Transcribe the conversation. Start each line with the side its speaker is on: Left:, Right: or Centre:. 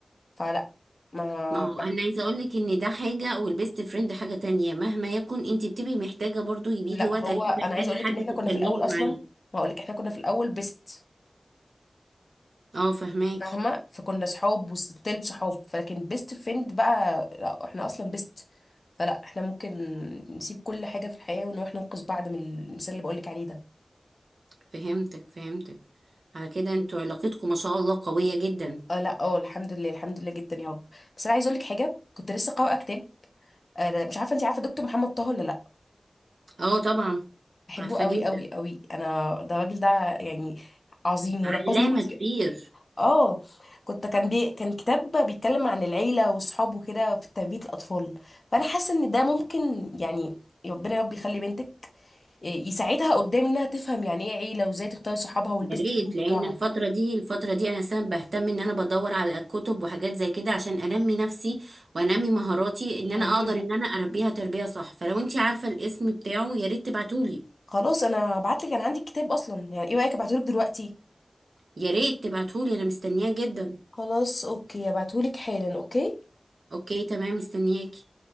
Left: فلا ما
Right: ما هو
Left: ما-
Right: انا عايزه اقول لك ان ده حاجه والبيست فريند حاجه تانية مهما يكن انت بتبقي محتاجه برضو بيجي
Left: لا
Right: وقت
Left: هو
Right: عليكي
Left: انا
Right: محتاجه
Left: عايزه اقول
Right: حد
Left: لك ان احنا
Right: تتكلمي
Left: كنا في الاول اصلا
Right: معاه
Left: ما اقول لك احنا كنا في الاول بيست
Right: اه فهماكي
Left: فاهمه فكنا صحاب وستيل صحاب فلكن بيست فريند بقى لا احنا اصلا بيست فلا احنا ممكن نسيب كل حاجه في الحياه ونروح ننقذ بعض من المثال اللي بقول لك عليه ده
Right: فهمتك فهمتك على كده انتوا علاقتكم ما شاء الله قويه جدا
Left: اه لا اه الحمد لله الحمد لله جدا يا رب بس انا عايزه اقول لك حاجه كنت لسه قارئه كتاب آه، مش عارفه انت عارفه دكتور محمد طه ولا لا؟
Right: اه طبعا
Left: بحبه
Right: عارفه
Left: قوي
Right: جدا
Left: قوي قوي انا ده الراجل ده يعني عظيم ونقذني
Right: علامه
Left: كتير
Right: كبير
Left: اه كنت كان بي... كان كتاب بيتكلم عن العيله وصحابه كده في تربيه الاطفال فانا حاسه ان ده ممكن يعني ربنا يا رب يخلي بنتك آه، يساعدها قدام انها تفهم يعني ايه عيله وازاي تختار صحابها والبيست
Right: يا ريت
Left: فريند
Right: لان
Left: بتوعها
Right: الفتره دي الفتره دي انا سبب بهتم ان انا بدور على كتب وحاجات زي كده عشان انمي نفسي وانمي مهاراتي ان انا
Left: مهم.
Right: اقدر ان انا اربيها تربيه صح فلو انت عارفه الاسم بتاعه يا ريت تبعتولي
Left: خلاص انا هبعتلك انا عندي الكتاب اصلا يعني ايه رايك ابعتهولك دلوقتي
Right: يا ريت تبعتولي انا مستنياه جدا
Left: خلاص اوكي هبعتهولك حالا اوكي
Right: اوكي تمام مستنياكي